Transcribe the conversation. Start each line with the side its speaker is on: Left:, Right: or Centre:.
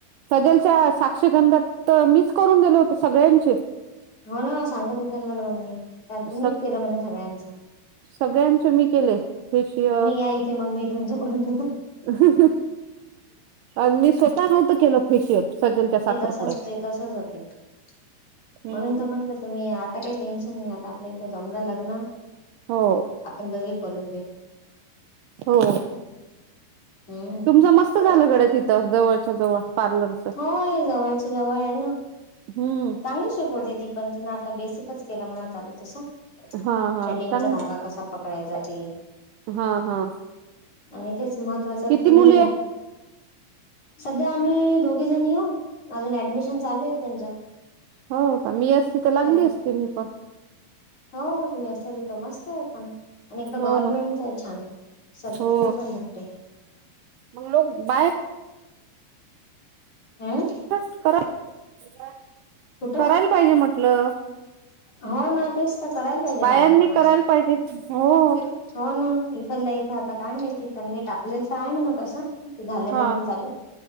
Right: सदलच्या साक्षीगंधात तर मीच करून दिले होते सगळ्यांचे.
Left: हो ना सांगत होत मला मम्मी त्या तुम्हीच
Right: सग
Left: केलं म्हणे सगळ्यांचं.
Right: सगळ्यांचे मी केले फेशिय
Left: तुम्ही, या इथे मग मी तुमच्या करून देतो.
Right: हम्म्म अन मी स्वतः नव्हतं केलं फेशियल. सजलच्या साखरपुड्यात
Left: ते तसच ते तसच होते म्हणून
Right: हम्म
Left: तर म्हंटलं त मी आ आता काही टेन्शन नाही आता आपल्या इथं जमलं लग्न.
Right: हो
Left: आपण दोघे करून देऊ
Right: हो
Left: हम्म
Right: तुमचं मस्त झालं गड्या तिथं जवळच्या जवळ पार्लरच
Left: होय जवळच जवळ आहे ना.
Right: हम्म.
Left: चांगली शिकवते ती पण तिन आता बेसिकच केलं मना चालू तसं.
Right: हा हा
Left: चडिंगचा
Right: चांगल
Left: धागा कसा पकडायचा ते
Right: हा हा.
Left: आणि तेच महत्त्वाचं
Right: किती
Left: थोड
Right: मुली
Left: नाही.
Right: आहे
Left: सध्या आम्ही दोघी जण येऊ अजून ऍडमिशन चालू आहेत त्यांच्या.
Right: हो का. मी असती तर लागली
Left: त्यां
Right: असती मी पण
Left: हो तुम्ही असालथ मस्त आहे पण. आणि एक तर
Right: हो
Left: गव्हर्नमेंटच
Right: ना
Left: आहे छान सर्टिफिकेट
Right: हो
Left: पण भेटते.
Right: मग लोक बाहेर
Left: हं
Right: तच करा <unintelligible>
Left: कुठं
Right: करायला पाहिजे म्हटलं.
Left: हो ना तेच तर करायला पाहिजे
Right: बायांनी
Left: बायाना
Right: करायला पाहिजे हो
Left: <unintelligible> हो ना इथल्या इथं आता काय माहिती त्यांनी टाकलेलं तर आहे मन तसं. ती झालं
Right: हा
Left: म्हणून चालू